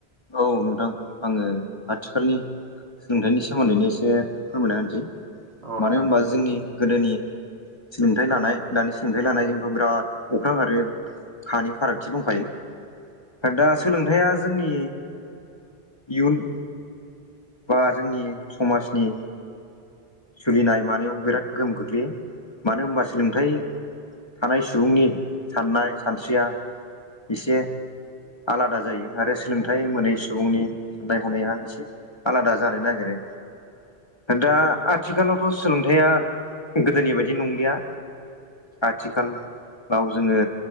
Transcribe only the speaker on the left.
औ नोंथां आङो आथिखालनि सोलोंथाइनि सोमोन्दैनो एसे फोरमायना होनोसै
मानो होनबा
जोंनि गोदोनि सोलोंथाइ लानाय दानि सोलोंथाइ लानायजोंथ' बिराद अख्रां आरो हानि फारागथि दंखायो दा सोलोंथाइया जोंनि इयुन बा जोंनि समाजनि सोलिनाय मानायाव बिराद गोहोम खख्लैयो मानो होनबा सोलोंथाय थानाय सुबुंनि साननाय सानस्रिया एसे आलादा जायो आरो सोलोंथाइ मोनै सुबुंनि साननाय हनाया एसे आलादा जानो नागिरो दा आथिखालावथ' सोलोंथाइया गोदोनि बायदि नंलिया आथिखाल गाव जोङो